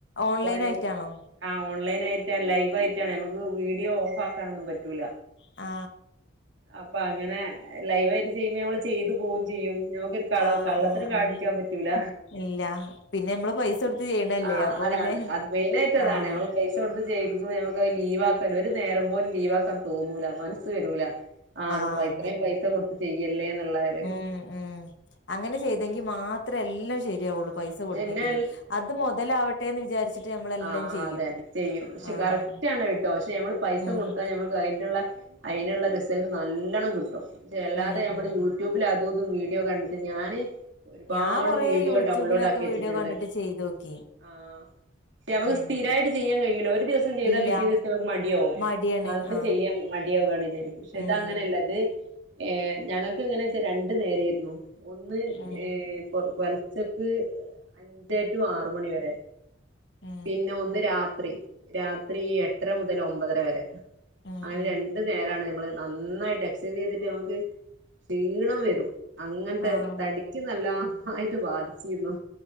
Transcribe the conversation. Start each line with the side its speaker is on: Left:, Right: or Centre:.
Left: ഓൺലൈൻ
Right: അപ്പൊ
Left: ആയിട്ടാണോ
Right: ആ ഓൺലൈന ആയിട്ടാണ് ലൈവായിട്ടാണ് നമുക്ക് വീഡിയോ ഓഫ് ആക്കാനൊന്നും പറ്റൂല
Left: ആ
Right: അപ്പൊ അങ്ങനെ ലൈവയിട്ട് ചെയ്യുമ്പ നമ്മള് ചെയ്തു പോവയും ചെയ്യും ഞമ്മക്കൊരു കള
Left: ആഹ്
Right: കള്ളത്തരം
Left: ആഹ്
Right: കാണിക്കാൻ
Left: ആഹ്
Right: പറ്റൂല
Left: ഇല്ല പിന്നെ നമ്മള് പൈസ കൊടുത്ത് ചെയ്യണല്ലേ
Right: ആ
Left: അപ്പൊ
Right: അതാണ്
Left: പിന്നെ
Right: അത് മെയിനാ യിട്ട് അതാണ്
Left: ആഹ്
Right: നമ്മൾ പൈസ കൊടുത്ത് ചെയ്യിപ്പിക്കുമ്പോ നമുക്ക്ത് ലീവാക്കാ ഒരു നേരം പോലും ലീവാക്കാൻ തോന്നൂല മനസ്സ് വരൂല ആണ്
Left: ആഹ്
Right: പൈഇത്രയും
Left: അതന്നെ
Right: പൈസ കൊടുത്ത് ചെയ്യല്ലേ എന്നുള്ളവര്
Left: ഉം ഉം അങ്ങനെ ചെയ്തെങ്കിൽ മാത്രേ എല്ലാം ശരി കുള്ളു
Right: ആഹ്
Left: പൈസ
Right: പക്ഷെ
Left: കൊടുത്തെങ്കിൽ
Right: എന്നെ
Left: അത് മൊതലാവട്ടെന്ന് വിചാരിച്ചിട്ട് നമ്മളെല്ലാം
Right: ആ
Left: ചെയ്യും
Right: അത ചെയ്യും പക്ഷെ
Left: ആഹ്
Right: കറക്റ്റ് ആണ് കിട്ടോ പക്ഷെ ഞമ്മൾ പൈസ
Left: ഉം
Right: കൊടുത്താ ഞമ്മക്ക് <unintelligible> അതിനുള്ള റിസൾട്ട് നല്ലണം കിട്ടുംക്ഷെ അല്ലാതെ
Left: ഉം
Right: നമ്മൾ
Left: ഉം
Right: യു ട്യൂബിൽ അതുംതും വീഡിയോ കണ്ടട്ട് ഞാാന് ഒരുപാട്
Left: ഞാൻ കൊറേ
Right: വീഡിയോ
Left: യൂട്യൂബിലൊക്കെ
Right: ഡൗൺലോഡ് ആക്കി വച്ചിട്ടുണ്ട്
Left: വീഡിയോ കണ്ടിട്ട് ചെയ്തോക്കി
Right: ആ നമക്ക്
Left: ഉം
Right: സ്ഥിരമായിട്ട് ചെയ്യാൻ കഴിയുല്ല ഒരു ദിവസം ചെയ്താ
Left: ഇല്ല
Right: പിറ്റേ ദിവസം നമക്ക് മടിയവും
Left: മടിയാണ്
Right: അന്ന്
Left: ആഹ്
Right: ചെയ്യാം മടിയാവാണ് വിചാരിക്കും പക്ഷെ
Left: ഉം
Right: ഇതങ്ങനെയല്ല ഇത് ഏ ഞങ്ങൾക്ക് ഇങ്ങനെ വെച്ചാ രണ്ട നേരായിരുന്നു ഒന്ന്
Left: ഉം
Right: ഏ പൊല ച്ചക്ക് അഞ്ച് ടു ആറ് മണി വരെ
Left: ഉം
Right: പിന്നെ ഒന്ന് രാത്രി രാത്രി എട്ടര മുതൽ ഒമ്പതര വരെ
Left: ഉം
Right: അങ്ങനെ
Left: ഉം
Right: രണ്ടു നേരാണ് നമ്മള് നന്നായിട്ട് എക്സസൈസ് ചെയ്തിട്ട് നമുക്ക് ക്ഷീണം വരും അങ്ങനത്തെ
Left: ആഹ്
Right: തടി ക്ക് നാല്ലായിട്ട് ബാധിച്ചിരുന്നു